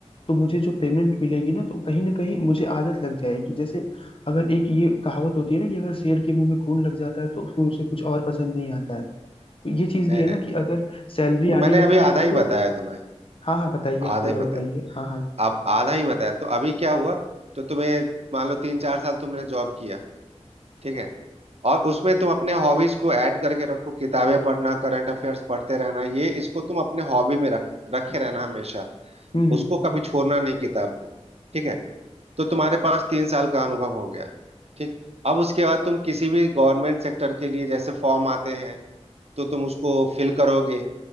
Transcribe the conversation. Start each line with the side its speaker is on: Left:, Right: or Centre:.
Left: तो मुझे जो पेमेंट मिलेगी ना तो कहीं ना कहीं मुझे आदत लग जाएगी जैसे अगर एक ये कहावत होती है ना कि अगर शेर के मुंह में खून लग जाता है तो फिर उसे कुछ और पसंद नहीं आता है तो ये चीज
Right: नहीं
Left: भी है
Right: नहीं
Left: ना
Right: नहीं।
Left: कि अगर सैलरी
Right: तो मैंने
Left: आने लगती
Right: अभी आधा
Left: है
Right: ही
Left: तो
Right: बताया तुम्हें
Left: हाँ हाँ बताइए
Right: आधा
Left: आप पूरा
Right: ही बताया
Left: बताइए हाँ हाँ
Right: अब आधा ही बताया तो अभी क्या हुआ तो तुम्हें मान लो तीन चार साल तुमने जॉब किया ठीक है और उसमें तुम अपने हॉबीज को ऐड करके रखो किताबें पढ़ना करंट अफेयर्स पढ़ते रहना ये इसको तुम अपने हॉबी में रख रखे रहना हमेशा
Left: हम्म
Right: उसको
Left: हम्म
Right: कभी छोड़ना नहीं किताब को ठीक है तो तुम्हारे पास तीन साल का अनुभव हो गया ठीक अब उसके बाद तुम किसी भी गवर्नमेंट सेक्टर के लिए जैसे फॉर्म आते हैं तो तुम उसको फिल करोगे